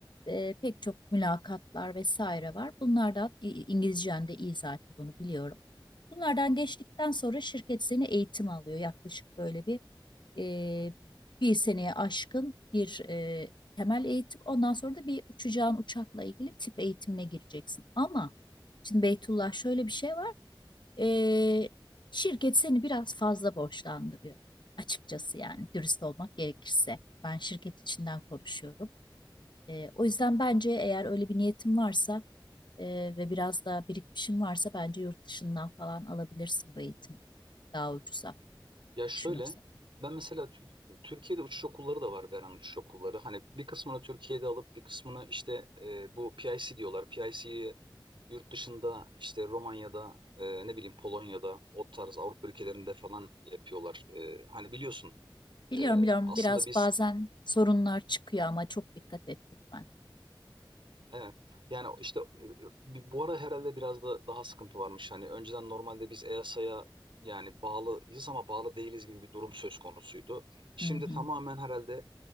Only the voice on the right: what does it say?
Ya şöyle
ben mesela Tür- Türkiye'de uçuş okulları da var veren uçuş okulları. Hani bir kısmını Türkiye'de alıp bir kısmını işte e, bu PIC diyorlar. PIC'yi yurt dışında işte Romanya'da e, ne bileyim Polonya'da o tarz Avrupa ülkelerinde falan yapıyorlar. E, hani biliyorsun
e,
aslında
biz
Evet. Yani işte e, bi- bu ara herhalde biraz da daha sıkıntı varmış. Hani önceden normalde biz EASA'ya yani bağlıyız ama bağlı değiliz gibi bir durum söz konusuydu. Şimdi
tamamen herhalde